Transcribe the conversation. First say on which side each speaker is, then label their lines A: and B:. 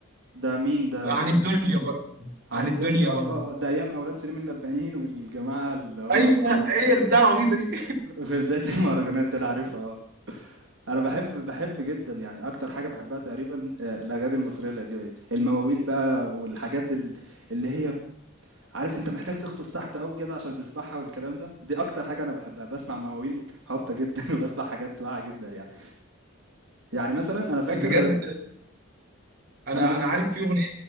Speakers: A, on the right; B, on the right.
A: ده مين ده
B: عن الدنيا برضو
A: عن
B: عن
A: الدنيا
B: الدنيا
A: اه
B: برضو
A: اه آه، ده ايام اولاد سليم اللبانيين والجماعه اللي هم
B: ايوه
A: في
B: هي البتاع العبيطه دي
A: في بدايه <laughs> المهرجانات دول عارفها اه انا بحب بحب جدا يعني اكتر حاجه بحبها تقريبا آه، الاغاني المصريه القديمه دي المواويل بقى والحاجات ال- اللي هي عارف انت محتاج تغطس تحت قوي كده عشان تسمعها والكلام ده دي اكتر حاجه انا بحبها بسمع مواويل هابطه جدا <laughs> وبسمع حاجات واعيه جدا يعني يعني مثلا انا فاكر
B: <laughs> بجد انا
A: انا
B: انا عارف في اغنيه